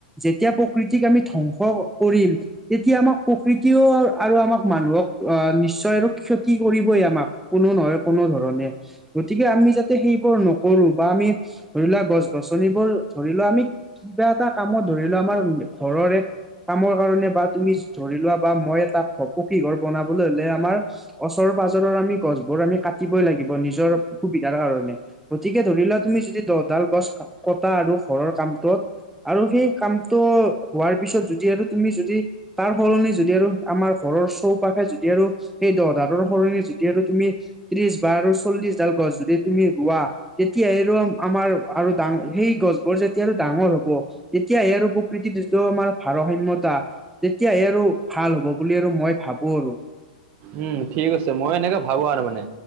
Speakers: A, in the centre; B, on the right.
A: যেতিয়া প্ৰকৃতিক আমি ধ্বংস কৰিম তেতিয়া আমাক প্ৰকৃতিও আৰু আমাক মানুহক অহ নিশ্চয় আৰু ক্ষতি কৰিবই আমাক। কোনো নহয় কোনো ধৰণে গতিকে আমি যাতে সেইবোৰ নকৰো বা আমি ধৰি লোৱা গছ গছনিবোৰ ধৰি লোৱা আমি কিবা এটা কামত ধৰি লোৱা আমাৰ ঘৰৰে কামৰ কাৰণে বা তুমি ধৰি লোৱা বা মই এটা পকী ঘৰ বনাবলৈ হলে আমাৰ ওচৰ পাজৰৰ আমি গছবোৰ আমি কাটিবই লাগিব নিজৰ সুবিধাৰ কাৰণে। গতিকে ধৰি লোৱা তুমি যদি দহডাল গছ কটা আৰু ঘৰৰ কামটোত আৰু সেই কামটো হোৱাৰ পিছত যদি আৰু তুমি যদি তাৰ সলনি যদি আৰু আমাৰ ঘৰৰ চৌপাশে যদি আৰু সেই দহদালৰ সলনি যদি আৰু তুমি ত্ৰিশ বা আৰু চল্লিছ ডাল গছ যদি তুমি ৰোৱা তেতিয়াহে ৰুৱা‌ আমাৰ আৰু ডাঙৰ সেই গছবোৰ যেতিয়া আৰু ডাঙৰ হ'ব তেতিয়াহে আৰু প্ৰকৃতি টো আমাৰ ভাৰসাম্যতা তেতিয়াহে আৰু ভাল হ'ব বুলি আৰু মই ভাবো আৰু
B: উম ঠিক আছে মই এনেকে ভাবো আৰু মানে